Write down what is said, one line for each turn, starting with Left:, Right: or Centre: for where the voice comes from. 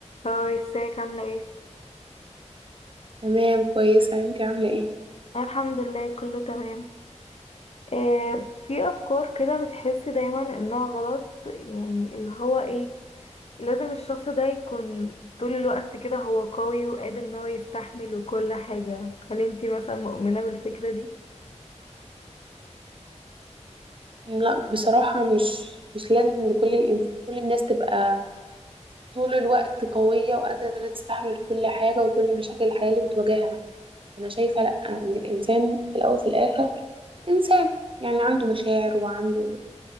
Left: هاي ازيك عاملة ايه؟
Right: تمام كويسة انتي عاملة ايه
Left: أنا الحمد لله كله تمام آه في أفكار كده بتحسي دايما إنها غلط يعني اللي هو ايه لازم الشخص ده يكون طول الوقت كده هو قوي وقادر إن هو يستحمل وكل حاجة هل انتي مثلا مؤمنة بالفكرة دي؟
Right: مم، لا بصراحة مش مش لازم ان كل الانس... كل الناس تبقى طول الوقت قوية وقادرة تستحمل كل حاجة وكل مشاكل الحياة اللي بتواجهها انا شايفة لا ان الانسان في الاول وفي الاخر انسان يعني عنده مشاعر وعنده